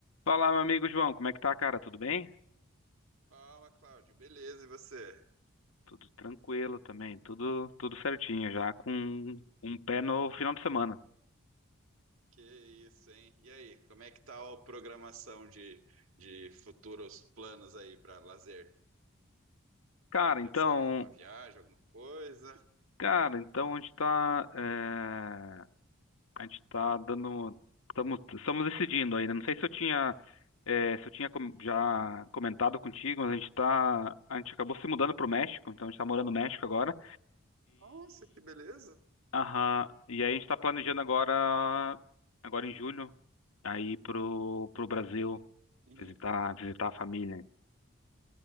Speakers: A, on the left (about 85°); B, on the right (about 80°).
A: Fala, meu amigo João, como é que tá, cara? Tudo bem?
B: Fala, Cláudio. Beleza, e você?
A: Tudo tranquilo também, tudo tudo certinho, já com um pé no final de semana.
B: Que isso, hein? E aí, como é que tá a programação de, de futuros planos aí para lazer?
A: Cara,
B: Tá pensando
A: então,
B: em alguma viagem, alguma coisa?
A: cara, então a gente tá, é, a gente tá dando, estamos, estamos decidindo ainda. Não sei se eu tinha, é, se eu tinha com- já comentado contigo, mas a gente tá, a gente acabou se mudando pro México, então a gente tá morando no México agora
B: Nossa, que beleza!
A: Aham. E aí a gente tá planejando agora, agora em julho, aí pro, pro Brasil
B: Uhum.
A: visitar, visitar a família.